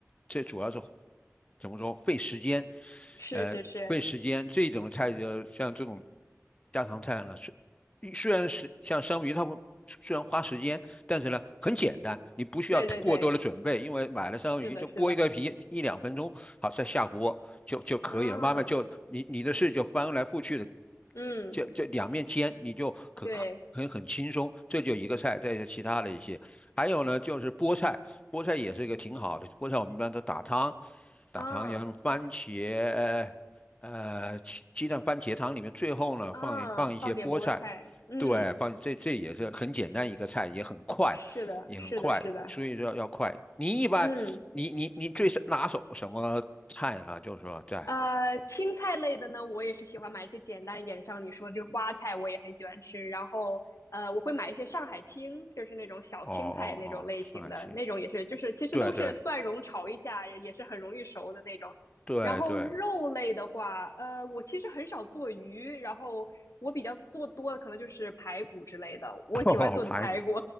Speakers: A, on the left; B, on the left.
A: 这主要是怎么说费时间，
B: 是是是，
A: 呃，费时间这种菜就像这种家常菜呢，虽虽然是像生鱼，它会虽然花时间，但是呢很简单，你不需要过多的准备，
B: 对对对，
A: 因为买了生鱼就剥一个皮，
B: 是的，是的。
A: 一两分钟，好再下锅就就可以了，
B: 嗯
A: 慢慢就你你的事就翻来覆去的，
B: 嗯。
A: 就就两面煎，你就可很很轻松，
B: 对，
A: 这就一个菜，再一些其他的一些还有呢，就是菠菜，菠菜也是一个挺好的。菠菜我们一般都打汤，打汤，
B: 啊
A: 然后番茄，呃，鸡鸡蛋番茄汤里面，最后呢放一放一些菠菜，
B: 啊，放点菠菜，嗯，
A: 对，放这这也是很简单一个菜，也很快，
B: 是的，
A: 也很快，
B: 是的，是的，
A: 所以说要快。你一般，
B: 嗯。
A: 你你你最是拿手什么菜呢？就是说在
B: 呃，青菜类的呢，我也是喜欢买一些简单一点的，像你说这个花菜，我也很喜欢吃。然后，呃，我会买一些上海青，就是那种小青菜那种类型的，
A: 哦哦哦，上海青，
B: 那种也是，就是其实都是蒜蓉炒一下，
A: 对对
B: 也是很容易熟的那种。
A: 对对，
B: 然后肉类的话，呃，我其实很少做鱼，然后我比较做多的可能就是排骨之类的，我喜欢炖排骨。
A: <laughs> 哦，排骨，